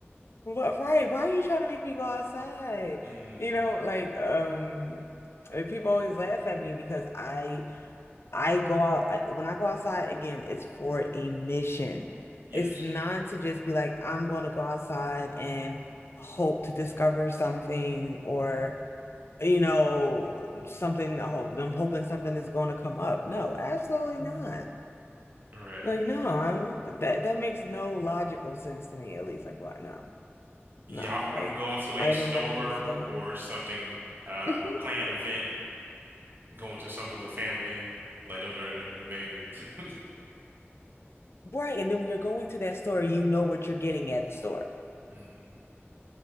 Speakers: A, on the left; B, on the right.
A: What, right? Why are you trying to make me go outside?
B: Mm,
A: You know, like, um, uh, people always laugh at me because I I go out, I, when I go outside again, it's for a mission.
B: Yes.
A: It's not to just be like, I'm going to go outside and hope to discover something or, you know, something, to hope, I'm hoping something is going to come up. No, absolutely not.
B: All right.
A: Like, no, I'm, that, that makes no logical sense to me, at least. Like, what? No,
B: Yeah,
A: no.
B: I'm
A: Like,
B: I'm going to a
A: I remember
B: store
A: when I was young.
B: or something, uh,
A: <laughs>
B: a planned event, going to something with family. Like those are the, the main reasons. <laughs>
A: Right. And then when you're going to that store, you know what you're getting at the store.
B: Mm,